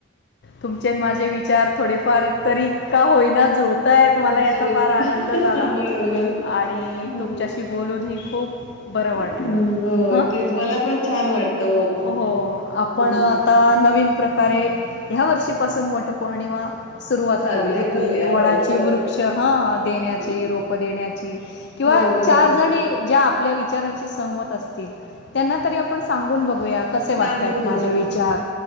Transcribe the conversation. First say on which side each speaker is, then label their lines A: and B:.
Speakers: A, on the left (about 60°); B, on the left (about 85°).
A: तुमचे आणि माझे विचार थोडेफार तरी का होईना जुळतायेत मला याचा
B: जोर.
A: फार आनंद झाला
B: बरोबर.
A: आणि
B: हं.
A: तुमच्याशी बोलून ही खूप बरं वाटलं
B: हं. होय.
A: ह
B: तेच मला पण छान वाटतं.
A: हो आपण
B: हं,
A: आता
B: हं.
A: नवीन प्रकारे ह्या वर्षीपासून वटपौर्णिमा सुरुवात
B: साजरी
A: करूया कि वडाची
B: हो, बरोबर.
A: वृक्ष हा देण्याची
B: हं.
A: रोप देण्याची किंवा
B: हो, बरोबर.
A: चार जणी ज्या आपल्या विचारांशी सहमत असतील त्यांना तरी आपण सांगून बघू बघूया कसे
B: सांगून
A: वाटतायेत माझे
B: हो
A: विचार?